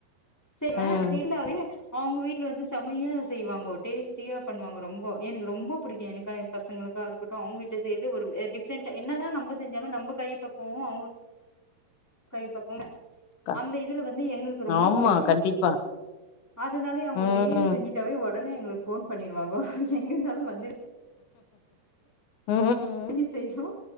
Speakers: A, in the centre; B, on the left (about 80°).
A: செய்வேன்
B: ம்.
A: பட் இருந்தா <unintelligible> அவங்க வீட் வீட்ல வந்து செம்மையா செய்வாங்கோ டேஸ்டியா பண்ணுவாங்கோ ரொம்போ எனக்கு ரொம்போ புடிக்கு எனக்கா என் பசங்களுக்கா இருக்கட்டு அவங்க வீட்ல செய்து ஒரு டிஃப்ரண்டா என்னதான் நம்ம செஞ்சாலு நம்ம கை பக்குவோ அவங்க கை பக்கு
B: க
A: அந்த இதுல வந்து எங்ளுக்கு ரொம்ப
B: ஆமா.
A: புடிக்கு
B: கண்டிப்பா.
A: ஆதனாலே அவங்க
B: ம்.
A: பிரியாணி செஞ்சிட்டாவே உ உடனே எங்களுக்கு போன் பண்ணிருவாங்கோ எங்க இருந்தாலு வந்து
B: ம்.
A: டி செய்ணு